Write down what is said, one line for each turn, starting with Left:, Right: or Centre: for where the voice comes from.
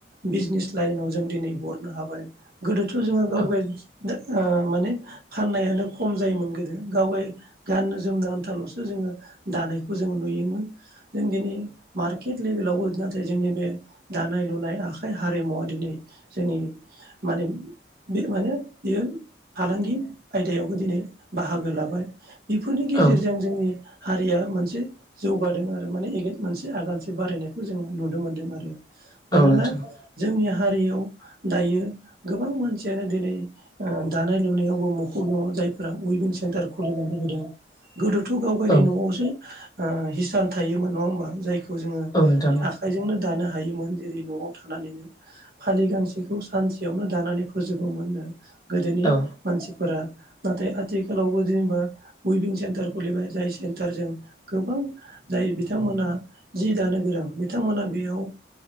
Right: बिजनेस लाइनाव जों दिनै हरनो हाबाय। गोदोथ' जोंङो गाव
Left: औ
Right: गाय दा ओ माने फाननायानो खम जायोमोन गोदो गावगाय गाननो जोमनो आन्थालल'सो जोंङो। दानायखौ जों नुयोमोन जों दिनै मार्केट लेभेलावबो नाथाय जोंनि बे दानाय लुनाय आखाइ हारिमुवा दिनै जोंनि मा बे माने बियो फालांगि आयदायावबो दिनै बाहागो लाबाय बेफोरनि गेजेरजों
Left: औ
Right: जोंनि हारिया मोनसे जौगादों आरो माने एनेगद मोनसे आगानसे बारायनायखौ जोंङो नुनो मोनदों आरो। मानोना
Left: औ नोंथां
Right: जोंनिया। हारियाव दायो गोबां मानसियानो दिनै ओ दानाय लुनायावबो मखर दङ जायफोर उइभिं सेन्टार खुलिनानै होदों गोदोथ गाव गावनि
Left: औ
Right: नयावसो ओ हिसान थायोमोन नङा होमबा जायखौ जोङो
Left: औ नोंथां
Right: आखाइजोंनो दानो हायोमोन। जेरै नयाव थानानैनो फालि गांसेखौ सानसेयावनो दानानै फोजोबोमोननो। गोदोनि
Left: औ
Right: मानसिफोरा नाथाय आथिखालावबो जेनेबा उइभिं सेन्टार खुलिबाय जाय सेन्टारजों गोबां जाय बिथांमोना जि दानो गोरां बिथांमोना बेयाव